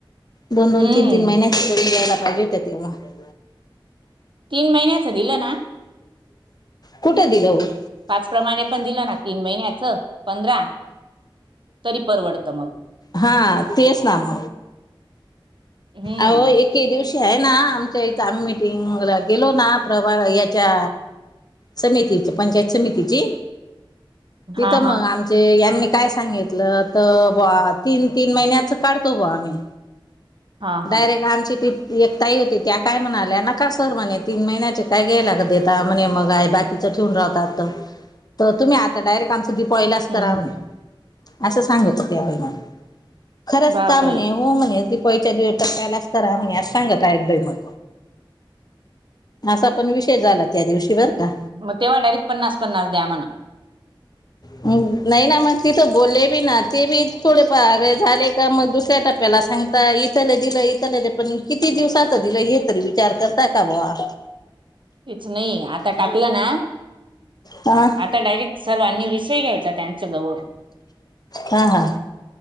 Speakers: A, on the left; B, on the right.
A: दोन-दोन,
B: हम्म
A: तीन-तीन महि करून द्यायला पाहिजे होतं, त्यांनी
B: तीन महिन्याचं दिलं ना
A: कुठे दिलं. ओ
B: पाच प्रमाणे पण दिलं ना, तीन महिन्याचं पंधरा तरी परवडतं मग
A: हा तेच सांग.
B: हम्म
A: आहो एक ऐके दिवशी आहे ना आमच्या इथ आम्ही मिटिंगला गेलो ना प्रभा याच्या समितीची, पंचायत समितीची
B: हा
A: तिथं
B: हा
A: मग आम म्हणजे यांनी काय सांगितलं तर बुवा तीन-तीन महिन्याच काढतो बुवा आम्ही
B: हा हा
A: डायरेक्ट आमची ती एक ताई होती त्या काय म्हणाल्या नका सर म्हणे तीन महिन्याचे काय घ्यायला का देता, म्हणे मगय बाकी तसून राहतात तर, तुम्ही आता डायरेक्ट आमचं दिपवलीलाच
B: हम्म
A: करावं
B: हम्म
A: असं, सांगत होत्या बाई मला खरंच
B: बापरे.
A: का म्हणे हो म्हणे दिपवाळीच्या दीड टप्प्यालाच करा म्हणे अस सांगत आहेत बाई मग असा पण विषय झाला त्या दिवशी बरं
B: मग
A: का
B: तेव्हा डायरेक्ट पन्नास-पन्नास द्या म्हणा.
A: नाही ना, मग तिथं बोलले बी ना ते बी थोडे फार झाले. का मग, दूसऱ्या टप्प्याला सांगता येईल. त्यानं दिलं इथलेले, पण किती दिवसाचं दिलं? हे तरी विचार करता का बुवा?
B: हेच नाही, आता टाकलं ना
A: आ?
B: आता डायरेक्ट सर्वांनी, विषय घ्यायचा त्यांच्या जवळ.
A: हा, हा.